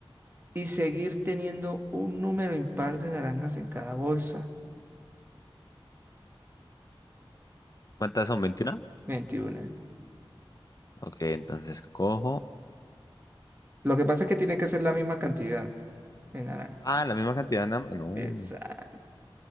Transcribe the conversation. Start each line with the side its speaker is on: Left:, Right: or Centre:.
Right: Y seguir teniendo un número impar de naranjas en cada bolsa,
Left: ¿Cuántas son? veintiuna
Right: 21.
Left: Ok, entonces cojo.
Right: Lo que pasa es que tiene que ser la misma cantidad de naranjas.
Left: Ah, la misma cantidad. nada más. No.
Right: Exacto.